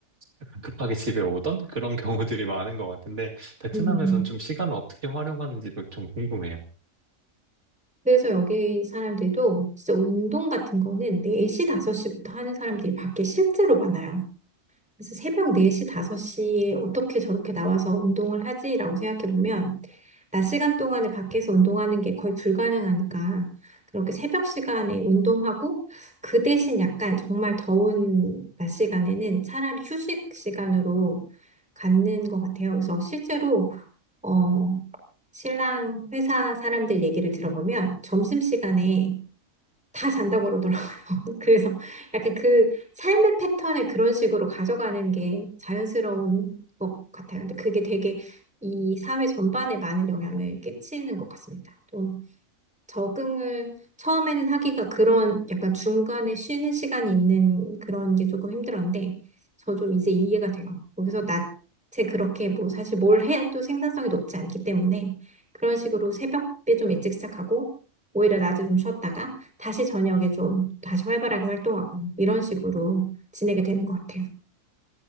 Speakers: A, on the right; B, in the centre.
A: 약간 급하게 집에 오던 그런 <laughs> 경우들이 많은 것 같은데, 베트남에서는
B: 음.
A: 좀 시간을 어떻게 활용하는지도 좀 궁금해요.
B: 그래서 여기 사람들도 진짜 운동 같은 거는 4시, 5시부터 하는 사람들이 밖에 실제로 많아요. 그래서 새벽 4시, 5시에 어떻게 저렇게 나와서 운동을 하지라고 생각해 보면, 낮 시간 동안에 밖에서 운동하는 게 거의 불가능하니까, 그렇게 새벽 시간에 운동하고, 그 대신 약간 정말 더운 낮 시간에는 차라리 휴식 시간으로 갖는 것 같아요. 그래서 실제로, 어, 신랑 회사 사람들 얘기를 들어보면, 점심시간에 다 잔다고 그러더라고요. <laughs> 그래서 약간 그 삶의 패턴을 그런 식으로 가져가는 게 자연스러운 것 같아요. 근데 그게 되게 이 사회 전반에 많은 영향을 끼치는 것 같습니다. 적응을 처음에는 하기가 그런 약간 중간에 쉬는 시간이 있는 그런 게 조금 힘들었는데 저 좀 이제 이해가 돼요. 여기서 낮에 그렇게 뭐 사실 뭘 해도 생산성이 높지 않기 때문에 그런 식으로 새벽에 좀 일찍 시작하고 오히려 낮에 좀 쉬었다가 다시 저녁에 좀 다시 활발하게 활동하고 이런 식으로 지내게 되는 것 같아요.